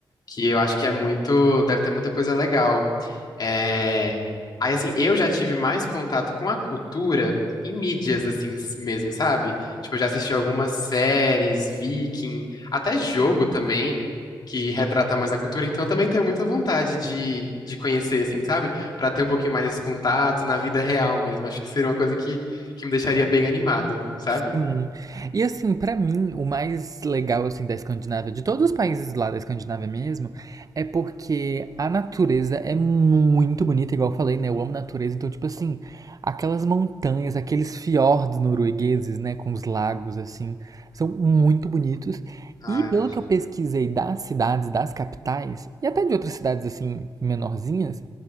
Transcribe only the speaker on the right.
Sim. E assim, pra mim, o mais legal assim da Escandinávia, de todos os países lá da Escandinávia mesmo, é porque a natureza é muito bonita, igual eu falei, né? Eu amo natureza, então tipo assim, aquelas montanhas, aqueles fiordes noruegueses, né, com os lagos assim, são muito bonitos.
E pelo
que eu pesquisei das cidades, das capitais e até de outras cidades assim menorzinhas,